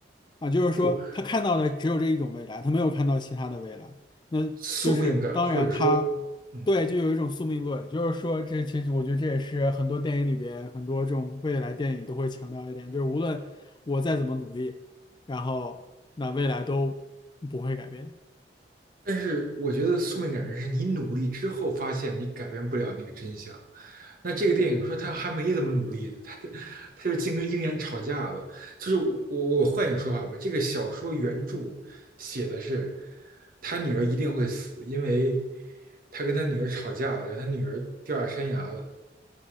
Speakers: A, on the left; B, on the right.
A: 啊，就是说他看到的只有这一种未来，
B: 不，
A: 他没有看到其他的未来。那就是当然他，
B: 宿命感或者说，嗯，
A: 对，就有一种宿命论，就是说这其实我觉得这也是很多电影里边很多这种未来电影都会强调一点，就是无论我再怎么努力，然后那未来都不会改变。
B: 但是我觉得宿命感是你努力之后发现你改变不了那个真相。那这个电影说他还没怎么努力呢，他他就净跟鹰眼吵架了。就是我我我换一种说法吧，这个小说原著写的是他女儿一定会死，因为他跟他女儿吵架了，让他女儿掉下山崖了。